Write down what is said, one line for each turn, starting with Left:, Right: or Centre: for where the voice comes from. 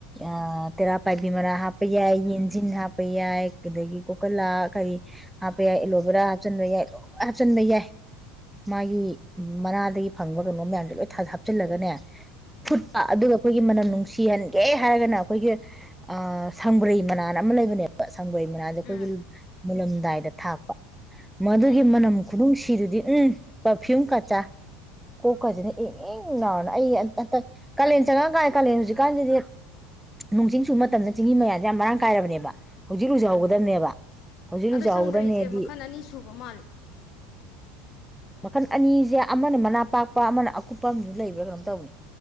Centre: ꯑ ꯇꯦꯔꯥ ꯄꯥꯏꯕꯤ ꯃꯔꯥ ꯍꯥꯞꯄ ꯌꯥꯏ ꯌꯦꯟꯖꯤꯟ ꯍꯥꯞꯄ ꯌꯥꯏ ꯑꯗꯒꯤ ꯀꯣꯀꯂꯥ ꯀꯔꯤ ꯍꯥꯞꯄ ꯌꯥꯏ ꯑꯦꯂꯣꯕꯦꯔꯥ ꯍꯥꯞꯆꯟꯕ ꯌꯥꯏ ꯂꯣꯏ ꯍꯥꯞꯆꯟꯕ ꯌꯥꯏ ꯃꯥꯒꯤ ꯃꯅꯥꯗꯒꯤ ꯐꯪꯕ ꯀꯩꯅꯣ ꯃꯌꯥꯝꯗꯣ ꯂꯣꯏ ꯊ ꯊꯥꯞ ꯍꯥꯞꯆꯤꯜꯂꯒꯅꯦ
Left: ꯎꯝ
Centre: ꯐꯨꯠꯄ ꯑꯗꯨꯒ ꯑꯈꯣꯏꯒꯤ ꯃꯅꯝ ꯅꯨꯡꯁꯤꯍꯟꯒꯦ ꯍꯥꯏꯔꯒꯅ ꯑꯈꯣꯏꯒꯤ ꯑ ꯁꯪꯕ꯭ꯔꯩ ꯃꯅꯥ ꯑꯅ ꯑꯃ ꯂꯩꯕꯅꯦꯕ ꯁꯪꯕ꯭ꯔꯩ ꯃꯅꯥꯖꯦ ꯑꯈꯣꯏꯒꯤ
Left: ꯎꯝ
Centre: ꯃꯨꯜꯂꯝꯗꯥꯏꯗ ꯊꯥꯛꯄ ꯃꯗꯨꯒꯤ
Left: ꯎꯝ
Centre: ꯃꯅꯝ ꯈꯨꯅꯨꯡꯁꯤꯗꯨꯗꯤ ꯎꯝ ꯄꯔꯐ꯭ꯌꯨꯝ ꯀꯆꯥ ꯀꯣꯛꯀꯥꯁꯤꯅ ꯏꯪ ꯏꯪ ꯂꯥꯎꯔꯅ ꯑꯩ ꯑꯝꯇ ꯍꯟꯇꯛ ꯀꯥꯂꯦꯟ ꯆꯪꯉꯛꯑꯀꯥꯟ ꯀꯥꯂꯦꯟ ꯍꯧꯖꯤꯛꯀꯥꯟꯖꯤꯗꯤ ꯅꯣꯡ ꯆꯤꯡ ꯆꯨꯕ ꯃꯇꯝꯅꯤꯟ ꯆꯤꯡꯍꯤ ꯃꯌꯥꯟꯖꯦ ꯌꯥꯝ ꯃꯔꯥꯡ ꯀꯥꯏꯔꯕꯅꯦꯕ ꯍꯧꯖꯤꯛ ꯂꯨꯖꯍꯧꯒꯗꯕꯅꯦꯕ
Left: ꯎꯝ
Centre: ꯍꯧꯖꯤꯛ
Left: ꯑꯗꯣ
Centre: ꯂꯨꯖꯍꯧꯒꯗꯕꯅꯦꯗꯤ
Left: ꯁꯪꯕ꯭ꯔꯩꯁꯦ ꯃꯈꯜ ꯑꯅꯤ ꯁꯨꯕ ꯃꯥꯜꯂꯤ
Centre: ꯃꯈꯟ ꯑꯅꯤꯖꯦ ꯑꯃꯅ ꯃꯅꯥ ꯄꯥꯛꯄ ꯑꯃꯅ ꯀꯨꯞꯄꯝꯖꯨ ꯂꯩꯕ꯭ꯔꯥ ꯀꯩꯅꯝ ꯇꯧꯅꯦ